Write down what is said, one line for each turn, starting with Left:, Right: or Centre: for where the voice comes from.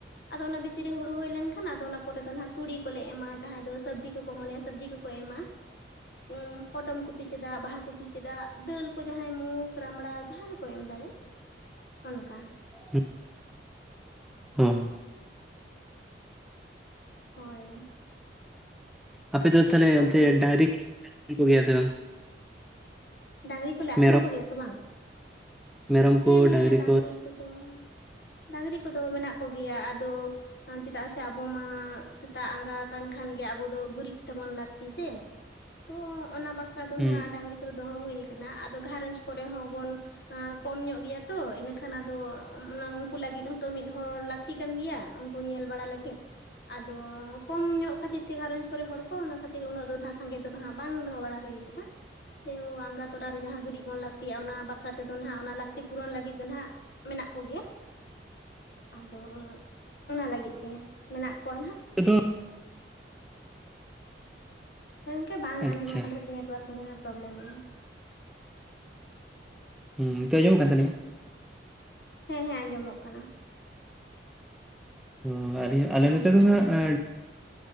Left: ᱟᱫᱚ ᱚᱱᱟ ᱵᱷᱤᱛᱤᱨ ᱨᱮ ᱦᱩᱲᱩ ᱦᱩᱭ ᱞᱮᱱᱠᱷᱟᱱ ᱟᱫᱚ ᱚᱱᱟ ᱯᱚᱨᱮ ᱫᱚ ᱱᱟᱦᱟᱸᱜ ᱛᱩᱲᱤ ᱠᱚᱞᱮ ᱮᱢᱟ ᱡᱟᱦᱟᱸᱭ ᱫᱚ ᱥᱚᱵᱽᱡᱤ ᱠᱚᱠᱚ ᱢᱚᱱᱮᱭᱟ ᱥᱚᱵᱽᱡᱤ ᱠᱚ ᱠᱚ ᱠᱚ ᱮᱢᱟ᱾ ᱩᱸ ᱯᱚᱴᱚᱢ ᱠᱚᱯᱤ ᱪᱮᱫᱟ, ᱵᱟᱦᱟ ᱠᱚᱯᱤ ᱪᱮᱫᱟᱜ, ᱫᱟᱹᱞ ᱠᱚ ᱡᱟᱦᱟᱸᱭ ᱢᱩᱠ, ᱨᱟᱢᱲᱟ ᱡᱟᱦᱟᱸ ᱠᱚ ᱮᱢ ᱫᱟᱲᱮᱜ ᱚᱱᱠᱟ‌
Centre: ᱦᱩᱸ᱾ ᱚ
Left: ᱦᱳᱭ᱾
Centre: ᱟᱯᱮ ᱫᱚ ᱛᱟᱞᱦᱮ
Left: ᱟᱫᱚ
Centre: ᱚᱱᱛᱮ ᱰᱟᱝᱨᱤ <unintelligible> ᱠᱚᱜᱮᱟᱥᱮ ᱵᱟᱝ?
Left: ᱰᱟᱝᱨᱤ ᱠᱚᱞᱮ ᱟᱹᱥᱩᱞ
Centre: ᱢᱮᱨᱚᱢ
Left: ᱠᱚᱜᱮᱭᱟ ᱥᱮ ᱵᱟᱝ?
Centre: ᱢᱮᱨᱚᱢ
Left: ᱦᱮᱸ
Centre: ᱠᱚ
Left: ᱦᱮᱸ
Centre: ᱰᱟᱝᱨᱤ ᱠᱚ
Left: ᱠᱚᱫᱚ ᱰᱟᱝᱨᱤ ᱠᱚᱫᱚ ᱢᱮᱱᱟᱜ ᱠᱚᱜᱮᱭᱟ ᱟᱫᱚ ᱪᱮᱫᱟᱜ ᱥᱮ ᱟᱵᱚ ᱢᱟ ᱥᱮᱛᱟᱜ ᱟᱸᱜᱟ ᱟᱠᱟᱱ ᱠᱷᱟᱱ ᱜᱮ ᱟᱵᱚ ᱫᱚ ᱜᱩᱨᱤᱡ ᱛᱟᱵᱚᱱ ᱞᱟᱹᱠᱛᱤ ᱥᱮ᱾ ᱛᱚ ᱚᱱᱟ ᱵᱟᱠᱷᱨᱟ ᱫᱚᱱ
Centre: ᱦᱩᱸ
Left: ᱟᱦᱟᱸᱜ ᱰᱟᱝᱨᱤ ᱠᱚᱫᱚ ᱫᱚᱦᱚ ᱦᱩᱭ ᱟᱠᱟᱱᱟ ᱟᱫᱚ ᱜᱷᱟᱨᱚᱸᱧᱡᱽ ᱠᱚᱨᱮ ᱦᱚᱸ ᱵᱚᱱ ᱠᱚᱢ ᱧᱚᱜ ᱜᱮᱭᱟ ᱛᱚ ᱤᱱᱟᱹᱠᱷᱟᱱ ᱟᱫᱚ ᱚᱱᱟ ᱩᱱᱠᱩ ᱞᱟᱹᱜᱤᱫ ᱦᱚᱸᱛᱚ ᱢᱤᱫᱦᱚᱲ ᱞᱟᱠ ᱞᱟᱹᱠᱛᱤ ᱠᱟᱱ ᱜᱮᱭᱟ ᱩᱱᱠᱩ ᱧᱮᱞ ᱵᱟᱲᱟ ᱞᱟᱹᱜᱤᱫ᱾ ᱟᱫᱚ ᱠᱚᱢ ᱧᱚᱜ ᱠᱷᱟᱹᱛᱤᱨ ᱛᱮ ᱜᱷᱟᱨᱚᱸᱧᱡᱽ ᱠᱚᱨᱮ ᱦᱚᱲ ᱠᱚ ᱚᱱᱟ ᱠᱷᱟᱹᱛᱤᱨ ᱩᱱᱟᱹᱜ ᱫᱚ ᱱᱟᱦᱟᱸᱜ ᱥᱟᱸᱜᱮ ᱫᱚ ᱱᱟᱦᱟᱸᱜ ᱵᱟᱝ ᱫᱚᱦᱚ ᱵᱟᱲᱟ ᱦᱩᱭ ᱠᱟᱱᱟ᱾ <unintelligible> ᱟᱸᱜᱟ ᱛᱚᱨᱟ ᱨᱮ ᱡᱟᱦᱟᱸ ᱜᱩᱨᱤᱡ ᱵᱚᱱ ᱞᱟᱹᱠᱛᱤᱜ-ᱟ, ᱚᱱᱟ ᱵᱟᱠᱷᱨᱟ ᱛᱮᱫᱚ ᱱᱟᱦᱟᱸᱜ ᱚᱱᱟ ᱞᱟᱹᱠᱛᱤ ᱯᱩᱨᱚᱱ ᱞᱟᱹᱜᱤᱫ ᱫᱚ ᱱᱟᱦᱟᱸᱜ ᱢᱮᱱᱟᱜ ᱠᱚᱜᱮᱭᱟ ᱟᱫᱚ ᱚᱱᱟ ᱞᱟᱹᱜᱤᱫ ᱜᱮ ᱢᱮᱱᱟᱜ ᱠᱚᱣᱟ ᱱᱟᱦᱟᱸᱜ᱾
Centre: ᱟᱫᱚ
Left: ᱜᱚᱢᱠᱮ ᱵᱟᱝ
Centre: ᱟᱪᱪᱷᱟ
Left: ᱟᱸᱡᱚᱢᱚᱜ ᱠᱟᱱ‌ <unintelligible> ᱱᱮᱴᱳᱣᱟᱨᱠ ᱠᱚ <unintelligible> ᱯᱨᱚᱵᱞᱮᱢᱮᱜ-ᱟᱭ᱾
Centre: ᱦᱩᱸ ᱱᱤᱛᱳ ᱟᱸᱡᱚᱢᱚᱜ ᱠᱟᱱ ᱛᱟᱞᱤᱧᱟ?
Left: ᱦᱮᱸ ᱦᱮᱸ ᱟᱸᱡᱚᱢᱚᱜ ᱠᱟᱱᱟ᱾
Centre: ᱚ ᱟᱞᱤᱧ ᱟᱞᱮ ᱱᱚᱛᱮ
Left: ᱟᱫᱚ
Centre: ᱫᱚ ᱦᱟᱸᱜ ᱮᱸ